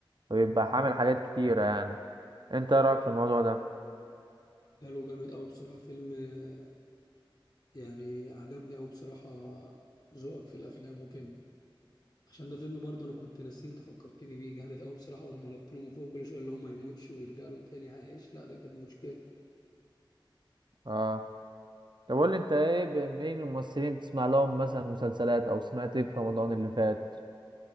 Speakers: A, on the right (about 60°); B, on the left (about 50°).
A: بيبقى عامل حاجات كتيرة يعني انت ايه رأيك في الموضوع ده
B: ده له جامد قوي بصراحة فيلم آه، يعني عجبني قوي بصراحة ذوقك في الافلام وكده عشان ده فيلم برضه انا كنت ناسيه انت فكرتني بيه جامد قوي بصراحة ولما نط له من فوق كل شوية اللي هو ما يموتش ويرجع له تاني عايش لا ده كانت مشكلة
A: اه طب قول لي انت ايه ب- مين الممثلين بتسمع لهم مثلا مسلسلات او سمعت ايه في رمضان اللي فات